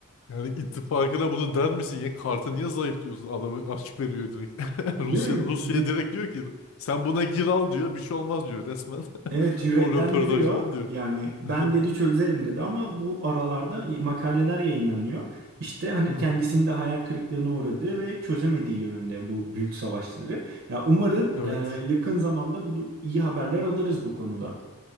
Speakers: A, on the left; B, on the right.
A: Yani ittifakına bunu der misin ya? Kartı niye zayıf diyorsun? Adamı açık veriyor direkt. <laughs> Rusya
B: değil mi?
A: Rusya
B: Bir-
A: direkt diyor ki sen buna gir al diyor. Bir şey olmaz diyor resmen.
B: Evet
A: <laughs>
B: yüreklendiriyor.
A: O röportajda onu diyor.
B: Yani ben
A: <laughs>
B: dedi çözerim dedi ama bu aralarda makaleler yayınlanıyor. İşte hani
A: Hı,
B: kendisinin de hayal kırıklığına uğradığı ve çözemediği yönünde bu büyük savaşları. Ya umarım
A: Evet.
B: e, yakın zamanda bu iyi haberler alırız bu konuda.